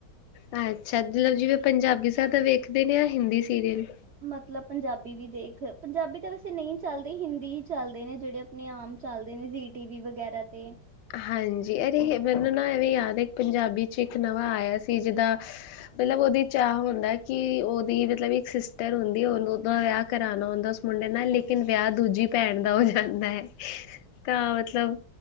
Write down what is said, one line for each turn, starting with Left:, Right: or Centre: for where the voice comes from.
Left: ਅੱਛਾ, ਮਤਲਬ ਜਿਵੇਂ ਪੰਜਾਬੀ ਜਿਆਦਾ ਵੇਖਦੇ ਨੇ, ਆ ਹਿੰਦੀ ਸੀਰੀਅਲ?
Right: ਮਤਲਬ ਪੰਜਾਬੀ ਵੀ ਦੇਖ, ਪੰਜਾਬੀ ਤਾਂ ਵੈਸੇ ਨਹੀਂ ਚੱਲਦੇ, ਹਿੰਦੀ ਹੀ ਚੱਲਦੇ ਨੇ ਜਿਹੜੇ ਣੇ ਆਮ ਚੱਲਦੇ ਨੇ ਜੀ ਟੀ ਵੀ ਵਗੈਰਾ ਤੇ।
Left: ਹਾਂਜੀ, ਅਰੇ ਮੈਨੂੰ ਨਾ ਐਵੇਂ ਯਾਦ ਹੈ ਇੱਕ ਪੰਜਾਬੀ 'ਚ ਇੱਕ ਨਵਾਂ ਆਇਆ ਸੀ ਜਿੱਦਾ ਮਤਲਬ ਉਹਦੀ 'ਚ ਆ ਹੁੰਦਾ ਕਿ ਉਹਦੀ ਮਤਲਬ ਇੱਕ ਸਿਸਟਰ ਹੁੰਦੀ, ਉਹਨੂੰ ਦਾ ਵਿਆਹ ਕਰਾਉਣਾ ਹੁੰਦਾ ਮੁੰਡੇ ਨਾਲ, ਲੇਕਿਨ ਵਿਆਹ ਦੂਜੀ ਭੈਣ ਦਾ ਹੋ ਜਾਂਦਾ ਹੈ ਤਾਂ ਮਤਲਬ